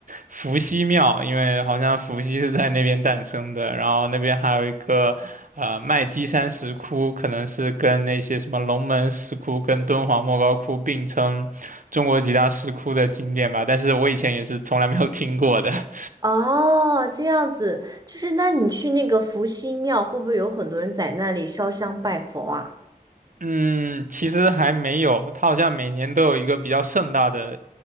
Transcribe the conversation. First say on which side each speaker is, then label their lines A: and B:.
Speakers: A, on the right; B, on the right.
A: 伏羲庙，因为好像伏羲是在那边诞生的，然后那边还有一个呃麦积山石窟，可能是跟那些什么龙门石窟跟敦煌莫高窟并称中国几大石窟的景点吧，但是我以前也是从来没有听过的。<laughs>
B: 哦，这样子，就是那你去那个伏羲庙，会不会有很多人在那里烧香拜佛啊？
A: 嗯，其实还没有，他好像每年都有一个比较盛大的